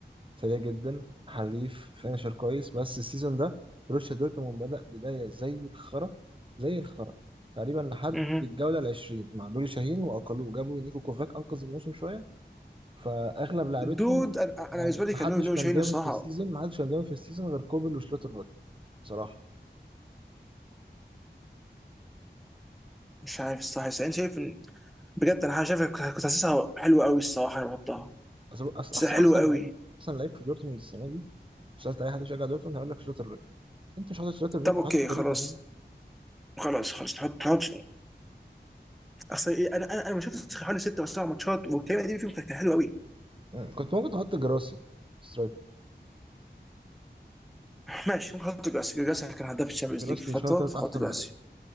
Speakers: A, on the right (about 30°); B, in the centre.
A: سريع جدا حريف فينشر كويس بس السيزون ده بروسيا دورتموند بدأ بداية زي الخرا زي الخرا تقريبا لحد
B: مهم.
A: الجولة العشرين مع نوري شاهين وأقلوه جابوا نيكو كوفاك أنقذ الموسم شوية فأغلب لعيبتهم
B: دود انا أنا
A: يعني
B: بالنسبه لي
A: محدش
B: كان نو نو
A: كان
B: شاهين
A: جامد
B: الصراحه
A: في السيزون محدش كان جامد في السيزون غير كوبل وشلوتر باك بصراحة
B: مش عارف الصراحه بس انا شايف ان بجد انا شايف كنت حاسسها حلوه قوي الصراحه انا بحطها
A: بس أصل
B: بس
A: أحسن
B: حلوه
A: أحسن
B: قوي
A: لعيب أحسن لعيب في دورتموند السنة دي سألت أي حد بيشجع دورتموند هيقول لك شلوتر باك أنت مش حاطط شلوتر باك
B: طب اوكي
A: وحاطط كريم
B: خلاص
A: أديمي
B: خلاص خلاص نحط نحط اصل ايه انا انا انا ما شفتش حوالي ست او سبع ماتشات والكلام القديم فيهم كان كان حلو قوي
A: يعني كنت ممكن تحط جراسي سترايكر
B: ماشي ممكن احط جراسي جراسي كان هداف الشامبيونز
A: جراسي
B: ليج في فتره
A: شوية تلات
B: فاحط
A: أحسن
B: جراسي
A: من أديمي